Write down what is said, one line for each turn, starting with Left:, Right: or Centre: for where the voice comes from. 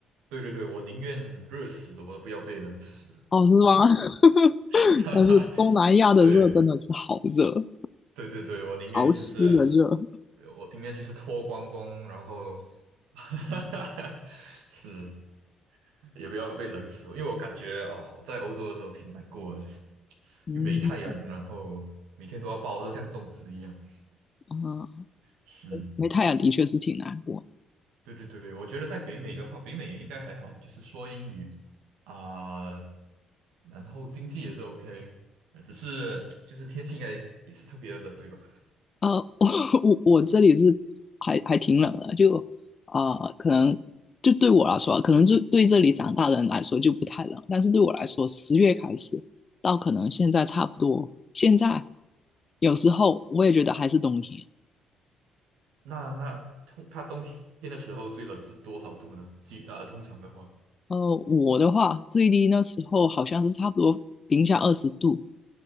Right: 对对对，我宁愿热死了我都不要被冷死。
Left: 哦，是吗？<laughs>
Right: <laughs> 哈哈，
Left: 但是东南亚的热真的是好热，
Right: 对对对对，我宁愿就是，
Left: 潮湿的热。
Right: 我宁愿就是脱光光，然后 <laughs>，哈哈，是也不要被冷死，因为我感觉啊，我在欧洲的时候挺难过的，就是
Left: 嗯
Right: 又没太阳，然后每天都要抱得像粽子一样。
Left: 啊，
Right: 是，
Left: 没太阳的确是挺难过。
Right: 对对对，我觉得在北美的话，北美应该还好，就是说英语啊、然后经济也是 OK，呃只是就是天气应该也是特别的冷，对吧？
Left: 呃，<laughs> 我我我这里是还还挺冷的，就啊，可能就对我来说啊，可能就对这里长大的人来说就不太冷，但是对我来说，十月开始到可能现在差不多，现在有时候我也觉得还是冬天。
Right: 那那通它冬天的时候最冷是多少度呢？几啊、通常的话，
Left: 呃，我的话最低那时候好像是差不多零下二十度，